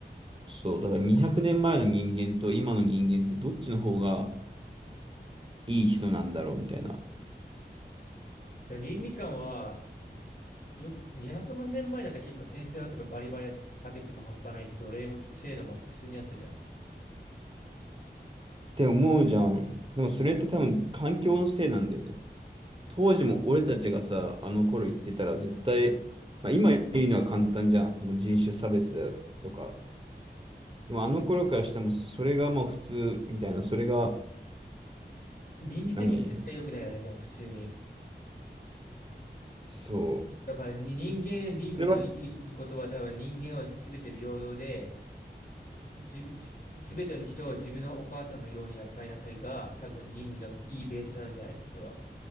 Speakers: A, on the right; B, on the left.
A: そう、だから200年前の人間と今の人間ってどっちの方がいい人なんだろうみたいな。っ
B: でも倫理観は、よく、200万年前だったら結構先生とかバリバリやってて差別も半端ないし、奴隷も制度も普通にあったじゃん。
A: て思うじゃん。でもそれって多分環境のせいなんだよね。当時も俺たちがさ、あの頃言ってたら絶対、まあ、今言うのは簡単じゃん。もう人種差別だとか。でもあの頃からしてもそれがもう普通みたいな、それが
B: 倫理的には絶対良くないよね、
A: 何
B: でも普通に。
A: そう。
B: だからに人間、倫理のいいことは多分人間は全て平等で、
A: それは、
B: じぶす、全ての人を自分のお母さんのように扱いなさいが、多分倫理のいいベースなんじゃないのそれは。